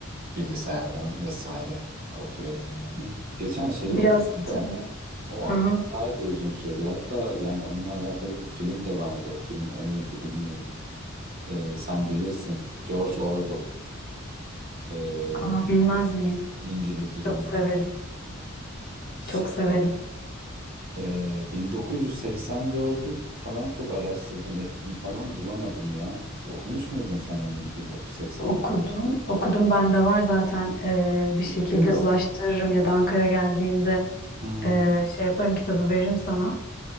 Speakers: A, on the right; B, on the left.
A: bilgisayardan vesaire okuyorum yani. Geçen şeyi
B: Biraz
A: okudum da
B: tabii.
A: O
B: Hı
A: aklımdaydı
B: hı.
A: uzun süredir. Hatta yani onunla alakalı bir film de vardı. O film o muydu bilmiyorum. Ee, sen bilirsin. George Orwell. ee,
B: Aa, bilmez miyim?
A: İngiliz romancı.
B: Çok severim.
A: Şey,
B: Çok severim.
A: ee, 1984'ü falan çok araştırdım ettim falan bulamadım ya. Hiç okumuş muydun sen onun 1984?
B: Okudum. Okudum bende var zaten. Ee, bir
A: Ciddi
B: şekilde
A: misin?
B: ulaştırırım ya da Ankara geldiğinde
A: Hı,
B: Ee, şey yaparım kitabı veririm sana.